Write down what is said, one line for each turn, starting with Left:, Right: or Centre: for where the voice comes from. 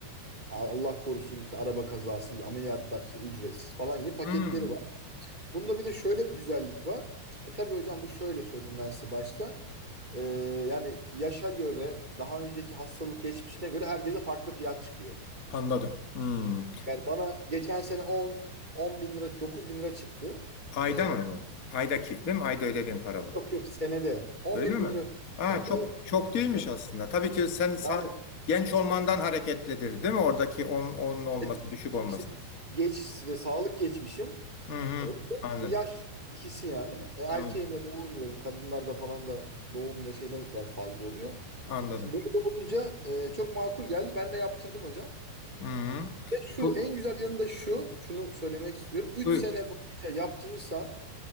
Right: A- Allah korusun işte araba kazası gibi ameliyatlar işte ücretsiz falan gibi paketleri
Left: Hmm.
Right: var. Bunda bir de şöyle bir güzellik var. E tabii hocam bu şöyle söyleyeyim ben size başta. E, yani yaşa göre daha önceki hastalık geçmişine göre herkese farklı fiyat çıkıyor.
Left: Anladım. Hmm.
Right: Yani bana geçen sene 10, 10 bin lira 9 bin lira çıktı.
Left: Ayda
Right: E,
Left: mı bu? Aydaki, değil mi? Ayda ödediğim para bu.
Right: yok yok senede 11
Left: Öyle mi?
Right: bin lira ödedim.
Left: Ha,
Right: senede
Left: çok
Right: evet
Left: çok
Right: 11
Left: değilmiş
Right: bin lira.
Left: aslında. Tabii ki sen sa-
Right: Yani
Left: genç olmandan hareketlidir, değil mi? Oradaki on, onun olması,
Right: e,
Left: düşük olması.
Right: işte geç işte sağlık geçmişim.
Left: Hı hı.
Right: E, bir de
Left: Anladım.
Right: yaş ikisi yani. E, erkeğim
Left: Tamam.
Right: doğurmuyorum. Kadınlarda falan da doğumda şeyden biraz fazla oluyor.
Left: Anladım.
Right: Şimdi böyle olunca e, çok makul geldi. Ben de yaptırdım hocam.
Left: Hı hı.
Right: Ve şu
Left: Bu-
Right: en güzel yanı da şu. Şunu söylemek istiyorum. 3
Left: Buyur.
Right: sene boyunca yaptırırsan